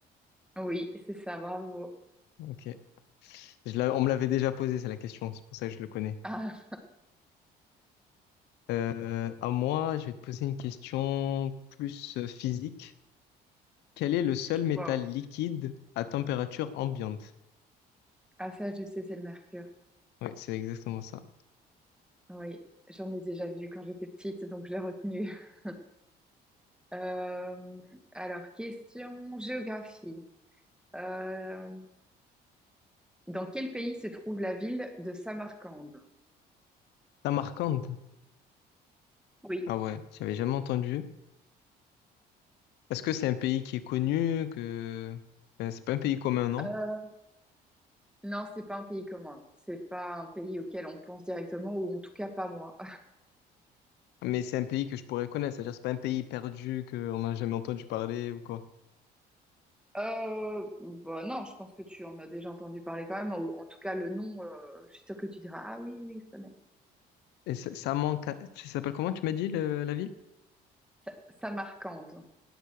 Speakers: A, in the centre; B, on the left (about 85°).
A: Oui, c'est ça, bravo.
B: Ok. Je l'a- on me l'avait déjà posé, c'est la question, c'est pour ça que je le connais.
A: Ah,
B: Euh, à moi, je vais te poser une question plus euh, physique. Quel est le seul métal
A: Waouh.
B: liquide à température ambiante?
A: ah, ça, je sais, c'est le mercure.
B: Oui, c'est exactement ça.
A: Oui, j'en ai déjà vu quand j'étais petite, donc je l'ai retenu. <laughs> Euh, alors, question géographie. Euh, dans quel pays se trouve la ville de Samarcande?
B: Samarcande.
A: Oui.
B: Ah ouais, j'avais jamais entendu. Est-ce que c'est un pays qui est connu, que Ben, c'est pas un pays commun, non?
A: Euh, non, c'est pas un pays commun. C'est pas un pays auquel on pense directement, ou en tout cas pas moi.
B: Mais c'est un pays que je pourrais connaître, c'est-à-dire c'est pas un pays perdu qu'on n'a jamais entendu parler ou quoi.
A: Euh, bah non, je pense que tu en as déjà entendu parler quand même. En, en tout cas, le nom, euh, je suis sûre que tu diras, ah oui, oui, je connais.
B: Et ça, ça manque. à- Tu s'appelles comment tu m'as dit le- la ville?
A: Sa- Samarcande.